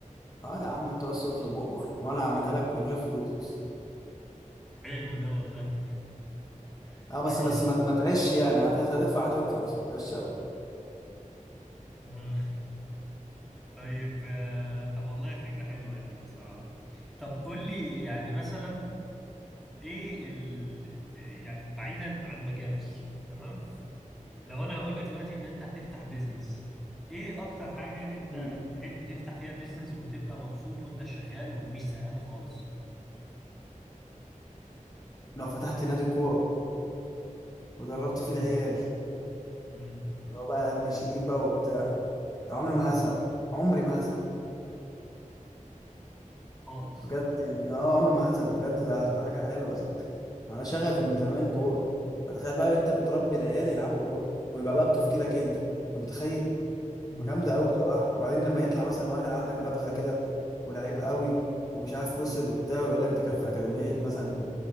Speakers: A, on the left; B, in the centre.
A: اه يا عم انت بس اطلب اؤمر وانا اعملها لك من غير فلوس
B: حلو ده والله <laughs>
A: اه
B: جميلة
A: بس بس
B: والله
A: ما ما تعيش يعني هت- هتدفع
B: <laughs>
A: هتدفع بس ما تعيش قوي
B: آه. طيب آه، طب والله فكرة حلوة يعني بصراحة طب قول لي يعني مثلا ايه ال... آه، يعني بعيدا عن مجالك تمام لو انا هقول لك دلوقتي ان انت هتفتح بيزنس ايه اكتر حاجة انت
A: مم.
B: تحب تفتح فيها بيزنس وتبقى مبسوط وانت شغال ومش زهقان خالص
A: لو فتحت نادي كوره ودربت فيه
B: امم
A: العيال
B: امم
A: اللي هو بقى الناشئين بقى وبتاع ده عمري
B: اه
A: ما هزهق عمري ما هزهق
B: خالص
A: بجد يعني اه عمري ما هزهق ده بجد ده هتبقى حاجه حلوه ده انا شغفي
B: امم
A: من زمان كوره فتخيل بقى انت بتربي العيال يلعبوا كوره ويبقى بقى بتفكيرك انت انت متخيل
B: امم
A: جامده قوي بصراحه وبعدين لما يطلع مثلا واحد عندك نبغه كده ولعيب قوي ومش عارف وصل وبتاع ويقول لك ده كان في اكاديميه مثلا